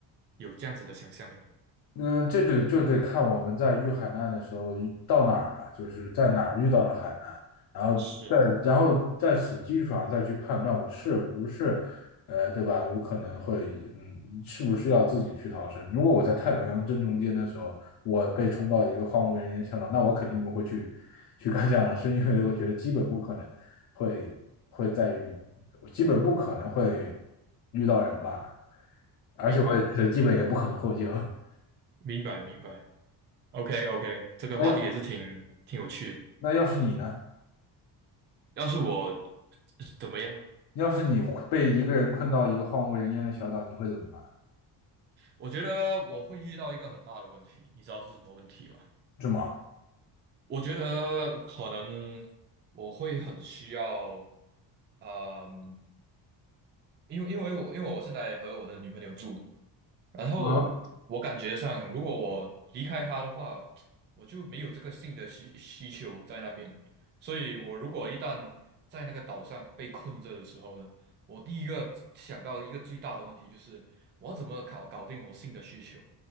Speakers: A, on the right; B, on the left.
A: 有这样子的想象呢？
B: 那这个就得看我们在遇海难的时候遇到哪儿了，就是在哪儿遇到的海难，然后再然后在此基础上再去判断我是不是，
A: 是，
B: 呃，对吧？有可能会，嗯，是不是要自己去逃生？如果我在太平洋正中间的时候，我被冲到一个荒无人烟小岛，那我肯定不会去去干这样的事，因为我觉得基本不可能会会再遇，基本不可能会遇到人吧，而且我也觉得基本也不可能获救。
A: 明白，
B: <laughs>
A: 明白，明白。OK OK，这个话题也是挺
B: 哎，
A: 挺有趣的
B: 那要是你呢？
A: 要是我怎么样呢？
B: 要是你被一个人困到一个荒无人烟的小岛，你会怎么办？
A: 我觉得我会遇到一个很大的问题，你知道是什么问题吗？
B: 这么
A: 我觉得可能我会很需要，嗯，因为因为我因为我现在和我的女朋友住，然后我感觉上，
B: 啊，
A: 如果我离开他的话，我就没有这个性的需需求在那边。所以，我如果一旦在那个岛上被困着的时候呢，我第一个想到一个最大的问题就是，我要怎么搞搞定我性的需求？